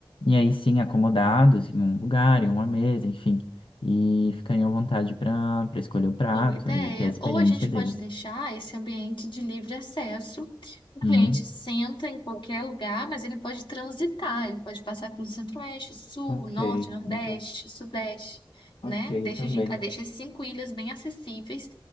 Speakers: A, on the left; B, on the left.
A: e aí sim acomodados em um lugar, em uma mesa, enfim, e ficariam à vontade para para escolher o prato
B: Boa ideia.
A: e ter a experiência
B: Ou a gente
A: deles.
B: pode deixar esse ambiente de livre acesso. O cliente
A: Hum.
B: senta em qualquer lugar, mas ele pode transitar, ele pode passar pelo centro-oeste, sul,
A: Ok,
B: norte, nordeste,
A: entendi.
B: sudeste,
A: Ok,
B: né? Deixa,
A: também.
B: a gen- ah, deixa as cinco ilhas bem acessíveis